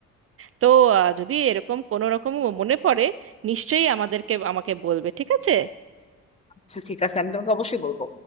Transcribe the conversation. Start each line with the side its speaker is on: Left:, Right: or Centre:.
Right: তো আহ, যদি এরকম কোনো রকম মনে পড়ে নিশ্চয়ই আমাদেরকে আমাকে বলবে ঠিক আছে
Left: আচ্ছা ঠিক আছে আমি তোমাকে অবশ্যই বলবো